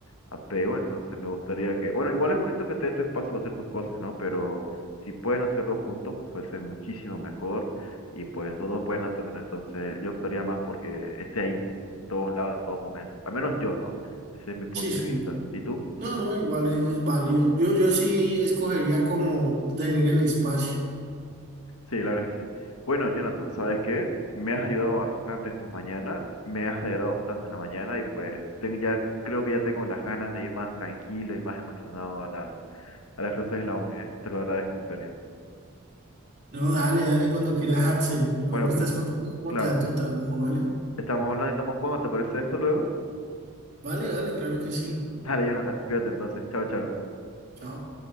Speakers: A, on the left; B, on the right.
A: apego, entonces me gustaría que... Bueno, igual es bonito que te dé tu espacio para hacer tus cosas, ¿no? Pero si pueden hacerlo juntos, fuese muchísimo mejor. Y pues los dos pueden aprender. Entonces yo optaría más porque esté ahí, en todos lados, en todo momento. Al menos yo, ¿no? Ese es mi punto
B: Sí, sí.
A: de vista. ¿Y tú?
B: No, no, igual es, es válido. Yo, yo sí escogería como tener el espacio.
A: Sí, la verdad que sí. Bueno, Jonathan, ¿sabes qué? Me has ayudado bastante esta mañana, me has alegrado bastante en la mañana y pues tengo ya, creo que ya tengo las ganas de ir más tranquilo y más emocionado a la, a las clases de la uni, ¿eh? Te lo agradezco en serio.
B: No, dale, dale cuando quieras, Axel. Igual
A: Bueno,
B: me estás
A: pues
B: contando cómo
A: claro,
B: te dan tu trabajo, ¿vale?
A: estamos hablando y estamos jugando, ¿te parece esto luego?
B: Vale, vale, claro que sí.
A: <laughs> Dale, Jonathan, cuídate entonces. Chao, chao.
B: Chao.